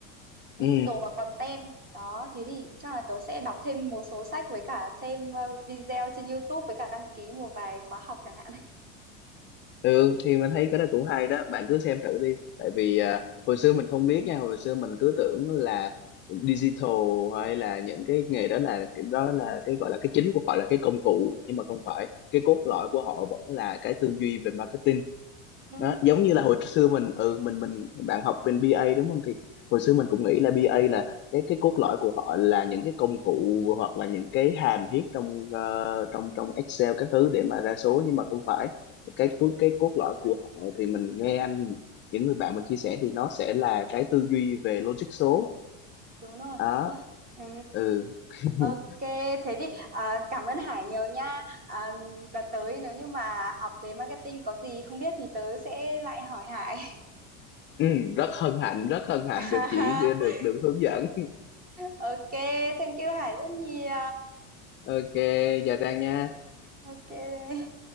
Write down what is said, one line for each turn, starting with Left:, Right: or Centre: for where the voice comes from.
Right: Digital
Left: ừ
Right: và content. Đó, thế thì chắc là tớ sẽ đọc thêm một số sách với cả xem ờ, video trên YouTube với cả đăng ký một vài khóa học chẳng hạn.
Left: ừ thì mình thấy cái đó cũng hay đó bạn cứ xem thử đi tại vì ờ, hồi xưa mình không biết nha hồi xưa mình cứ tưởng là digital hay là những cái nghề đó là cái đó là cái gọi là cái chính của họ là cái công cụ nhưng mà không phải cái cốt lõi của họ vẫn là cái tư duy về marketing
Right: Ừ,
Left: đó giống như là hồi xưa mình ừ mình mình bạn học bên BA đúng không thì hồi xưa
Right: ừ,
Left: mình cũng nghĩ là BA là cái cái cốt lõi của họ là những cái công cụ hoặc là những cái hàm viết trong ờ, trong trong Excel các thứ để mà ra số
Right: ừ.
Left: nhưng mà không phải cái phước cái cốt lõi của họ thì mình nghe anh những người bạn mình chia sẻ thì nó sẽ là cái tư duy về logic số
Right: Đúng rồi,
Left: đó
Right: đúng rồi. Ừ.
Left: ừ, <laughs>
Right: Ok, thế thì à, cảm ơn Hải nhiều nha. À, đợt tới nếu như mà học về marketing có gì không biết thì tớ sẽ lại hỏi Hải.
Left: ừ rất hân hạnh rất hân hạnh
Right: <laughs>
Left: được chỉ được được hướng dẫn
Right: Ok, thank you Hải rất nhiều.
Left: <laughs> ok chào Trang nha
Right: Ok.